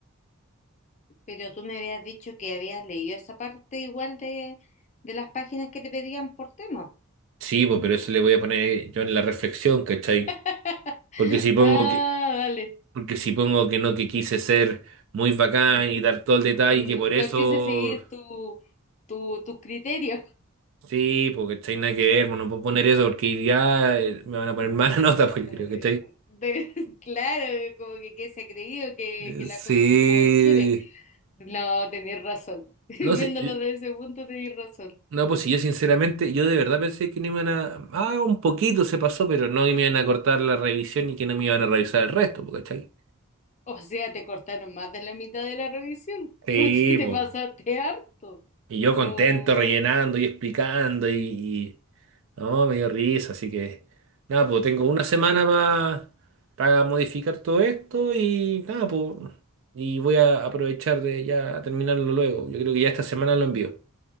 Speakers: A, on the left; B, on the right.
A: Pero tú me habías dicho que habías leído esa parte igual de, de las páginas que te pedían por tema.
B: Sí, pues, pero eso le voy a poner yo en la reflexión, ¿cachai?
A: <laughs>
B: Porque si pongo
A: Ah,
B: que,
A: vale.
B: porque si pongo que no, que quise ser muy bacán
A: Mm,
B: y dar todo el detalle
A: No,
B: que por eso...
A: no quise seguir tu, tu, tus criterios.
B: Sí, porque ¿cachai? Nada que ver, bueno, no puedo poner eso porque ya eh, me van a poner mala <laughs> nota, pues
A: Eh,
B: yo creo, que
A: de- <laughs> claro, como que, que se ha creído que,
B: Eh,
A: que las
B: Sí.
A: cosas son como él quiere. No, tenés razón. <laughs> Viéndolo
B: No sé.
A: desde ese punto, tenés razón.
B: No, pues si yo sinceramente, yo de verdad pensé que no me iban a. Ah, un poquito se pasó, pero no me iban a cortar la revisión y que no me iban a revisar el resto, po, ¿cachai?
A: O sea, te cortaron más de la mitad de la revisión.
B: Sí,
A: <laughs> porque te
B: po.
A: pasaste harto?
B: Y yo
A: Oh,
B: contento, rellenando y explicando y. y- No, me dio risa, así que. Nada, pues tengo una semana para para modificar todo esto y nada, pues. Y voy a aprovechar de ya terminarlo luego. Yo creo que ya esta semana lo envío.